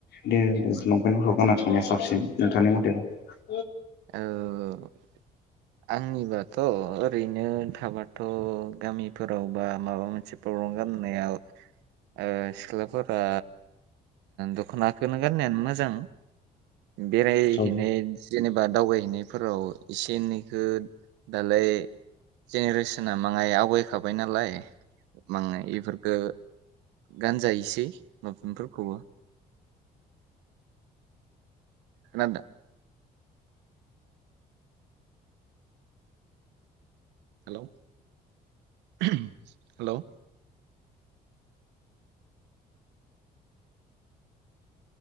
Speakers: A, on the left; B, on the right.
A: बिदिनो ओ लंपेन्टफोरखौ गाना थांनाया साबसिन नोंथांनि मथेबा
B: औ आंनि बाथ थ' ओरैनो थाबाथ' गामिफोरावबा माबा मोनसे प्रब्लम गाननायाव ओ सिख्लाफोर बा दख'नाखौनो गाननायानो मोजां बेरायहैनाय
A: औ
B: जेनेबा दावबायायहैनायफोराव एसे एनैखो दालाय जेनेरेसना माङाय आवगायखाबाय नालाय माय बेफोरखौ गानजायोसै लंपेनफोरखौबो खोनादों हेलौ हेलौ